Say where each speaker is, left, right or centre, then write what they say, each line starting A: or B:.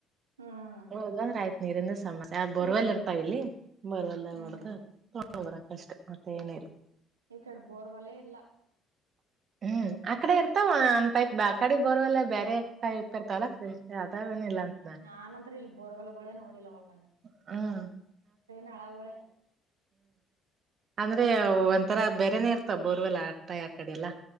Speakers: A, on the right; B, on the right.
A: ಹ್ಮ್
B: ಹೌದಂದ್ರ್ ಆಯ್ತ್ ನೀರಿಂದ <unintelligible>
A: ಹ್ಮ್
B: <unintelligible> ಅಷ್ಟೇ, ಮತ್ತೇನಿಲ್ಲ.
A: ಈ ಕಡ್ ಬೋರ್ವಲೆ ಇಲ್ಲ.
B: <unintelligible>
A: ಹ್ಮ್ಮ್
B: ಅಂತ
A: ಹ್ಮ್ಮ್
B: ನಾ
A: ನಾನಂದ್ರೆ <unintelligible> ಬೋರ್ವೆಲ್ಗಳೇ ನೋಡಿಲವ <unintelligible>
B: <unintelligible>
A: ನಳಗಳೇ
B: ಅಂದ್ರೆ ಒಂಥರ ಬೇರೆನೆೇ ಇರ್ತಾವ್ ಬೋರ್ವೆಲ್ಲ <unintelligible> ಆ ಕಡೆ ಎಲ್ಲಾ